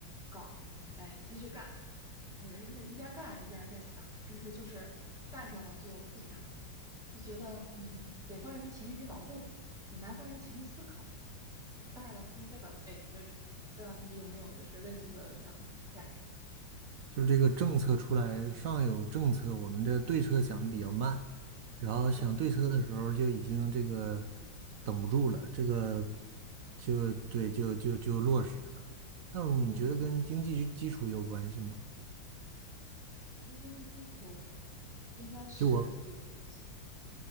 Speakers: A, in the centre; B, on the right.
A: 搞，哎，先去干，嗯，一边干一边在想，甚至就是干上了就不想。就觉得，嗯，北方人勤于劳动，南方人勤于思考。当然了，不能代表每一个人。不知道你有没有就是类似的想感受？
B: 就是这个政策出来，上有政策，我们的对策想的比较慢，然后想对策的时候就已经这个
A: 是啊，
B: 等不住了，这个就对，就就就落实了。但你觉得跟经济基础有关系吗？
A: 嗯，跟间的基础应该是有关系。
B: 就我